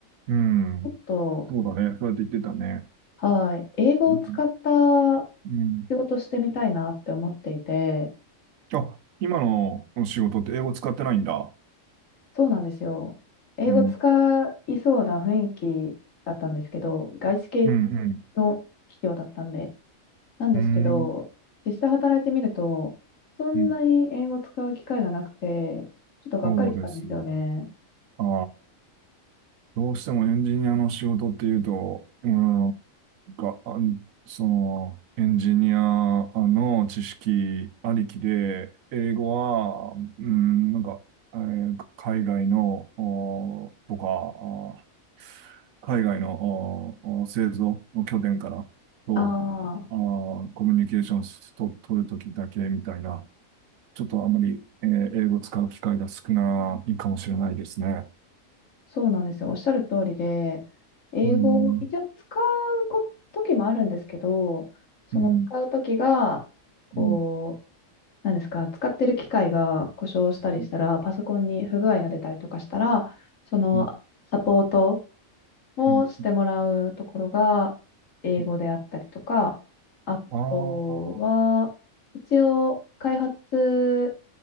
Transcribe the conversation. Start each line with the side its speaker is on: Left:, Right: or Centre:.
Right: うん。
Left: ちょっと、
Right: そうだね。そうやって言ってたね。
Left: はい、英語を使った
Right: うん。うん。
Left: 仕事してみたいなって思っていて、
Right: あ、今の仕事って英語使ってないんだ。
Left: そうなんですよ。英語使いそうな雰囲気だったんですけど、
Right: うん。
Left: 外資系
Right: うん、うん。
Left: の企業だったんで、なんですけど、
Right: うん。
Left: 実際働いてみると、そんなに英語を使う機会がなくて、
Right: うん。
Left: ちょっとがっかりしたんですよね。
Right: そうですよね。ああ、どうしてもエンジニアの仕事っていうと、うん、なんか、あんその、エンジニアの知識ありきで、英語は、うん、なんか、えー海外の、おとか、あ海外のおお製造の拠点からと、
Left: ああ、
Right: あーコミュニケーションしと取るときだけみたいな、ちょっとあまり、えー英語を使う機会が少ないかもしれないですね。
Left: そうなんですよ。おっしゃる通りで、英語を一応使うこ時もあるんですけど、
Right: うん、
Left: その使う時が、
Right: うん、
Left: こう、
Right: うん、
Left: なんですか、使ってる機械が故障したりしたら、
Right: う
Left: パソコンに不具合が出たりとかしたら、そのサポート
Right: ん、
Left: をしてもらうところが英語であったりとか、
Right: うん、うん。
Left: あとは、
Right: ああ。
Left: 一応開発、